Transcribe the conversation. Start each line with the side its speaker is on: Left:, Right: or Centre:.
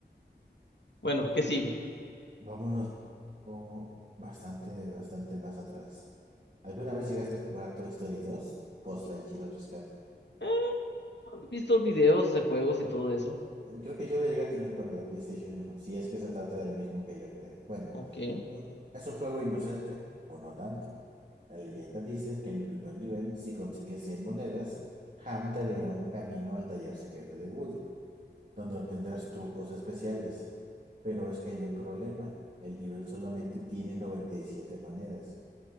Left: Bueno, ¿qué sigue?
Right: Vámonos o bastante, bastante más atrás. ¿Alguna vez llegaste a jugar Toy Story dos Post Lightyear o Rescate.
Left: Eh, he visto videos de juegos y todo eso.
Right: Eh, Creo que yo lo llegué a tener para la PlayStation uno si es que se trata del mismo que yo creo. Bueno,
Left: Ok.
Right: mm, es un juego inocente, o no tanto. La leyenda dice que en el primer nivel, si consigues 100 monedas, Ham te abrirá un camino al taller secreto de Woody, donde obtendrás trucos especiales. Pero es que hay un problema. El nivel solamente tiene 97 monedas.